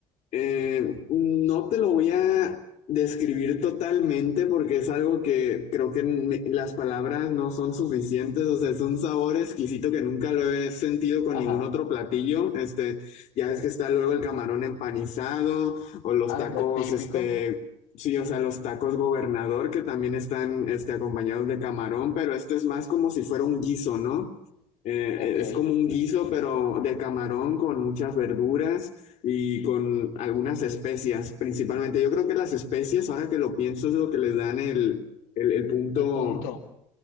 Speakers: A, on the left (about 65°); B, on the left (about 80°).
A: eh, no te lo voy a describir totalmente porque es algo que creo que me- las palabras no son suficientes, o sea, es un sabor exquisito que nunca lo he sentido con
B: Ajá.
A: ningún otro platillo. Este, ya ves que está luego el camarón empanizado o los
B: Ah,
A: tacos,
B: la- típico.
A: este, sí, o sea, los tacos gobernador que también están, este, acompañados de camarón, pero este es más como si fuera un guiso, ¿no? Eh,
B: Ok.
A: es como un guiso, pero de camarón con muchas verduras y con algunas especias, principalmente. Yo creo que las especias, ahora que lo pienso, es lo que les dan el, el, el punto
B: El punto.